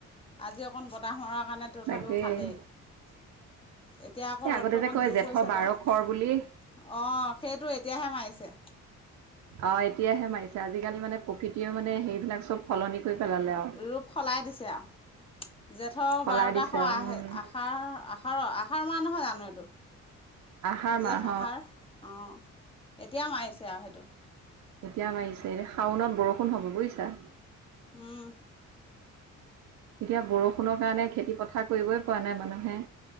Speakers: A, on the left; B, on the right.
A: আজি অকণ বতাহৰ কাৰণে তথাপিও
B: তাকেই।
A: ভালেই এতিয়া আকৌ
B: এ আগতে
A: ৰ'দটো
B: যে
A: অকণ
B: কয়
A: জুোপ
B: জেঠৰ
A: হৈছে
B: বাৰ
A: বাৰু।
B: খৰ বুলি
A: অ', সেইটো এতিয়াহে মাৰিছে।
B: অ', এতিয়াহে মাৰিছে আজিকালি মানে প্ৰকৃতিয়ও মানে সেইবিলাক চব সলনি কৰি পেলালে আৰু
A: ৰূপ সলাই দিছে আৰু। জেঠৰ
B: সলাই
A: বাৰটা
B: দিছে
A: খৰ
B: আৰু
A: আহ-আহাৰ
B: উম
A: আহাৰ আহাৰ মাহ নহয় জানো এইটো
B: আহাৰ মাহ
A: জেঠ আহাৰ অ'। এতিয়া মাৰিছে আৰু সেইটো।
B: এতিয়া মাৰিছে এনে শাওনত বৰষুণ হ'ব বুজিছা।
A: উম।
B: এতিয়া বৰষুণৰ কাৰণে খেতি পথাৰ কৰিবই পৰা নাই মানুহে।